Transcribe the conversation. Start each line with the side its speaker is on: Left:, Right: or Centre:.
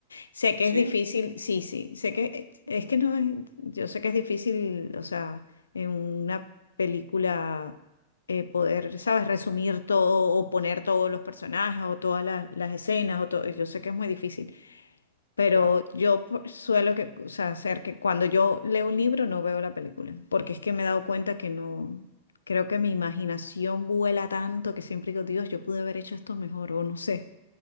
Left: Sé que
Right: ¿Sí?
Left: es difícil, sí, sí, sé que es
Right: Mm,
Left: que no es, yo sé que es difícil, o sea, en una película eh, poder, ¿sabes? Resumir todo o poner todos los personajes o todas las, las escenas o todo. Yo sé que es muy difícil. Pero
Right: claro.
Left: yo por- suelo que, o sea, hacer que cuando yo leo un libro no veo la película, porque es que me he dado cuenta que no, creo que mi imaginación vuela tanto que siempre digo, Dios, yo pude haber hecho esto mejor o no sé.